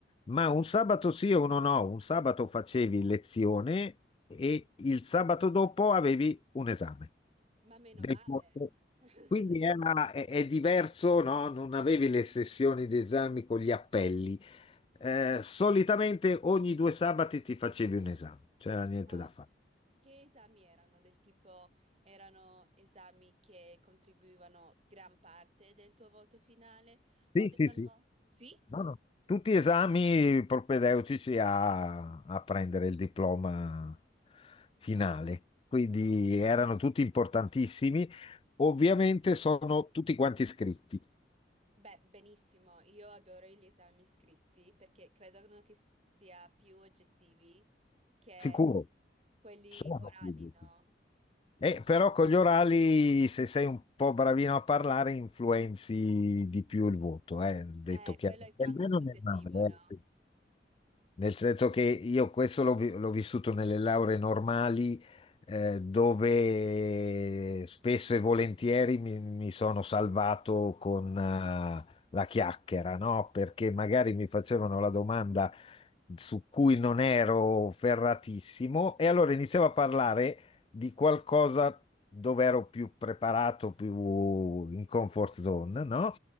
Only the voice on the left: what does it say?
ma un sabato sì o uno no, un sabato facevi lezione e il sabato dopo avevi un esame
del
corpo.
Quindi era- è, è diverso, no? Non avevi le sessioni di esami con gli appelli. Eh, solitamente ogni due sabati ti facevi un esame, c'era niente
da fare.
Sì,
sì, sì.
No, no. Tutti esami propedeutici a, a prendere il diploma finale, quindi erano tutti importantissimi. Ovviamente sono tutti quanti iscritti,
sicuro,
sono
iscritti.
Eh, però con gli orali, se sei un po' bravino a parlare, influenzi di più il voto, eh, detto
chiaro.
Nel bene
o nel male,
eh. Nel senso che io questo l'ho vi- l'ho vissuto nelle lauree normali, eh, dove spesso e volentieri mi, mi sono salvato con, eh, la chiacchiera, no? Perché magari mi facevano la domanda su cui non ero ferratissimo e allora iniziavo a parlare di qualcosa dove ero più preparato, più in comfort zone, no?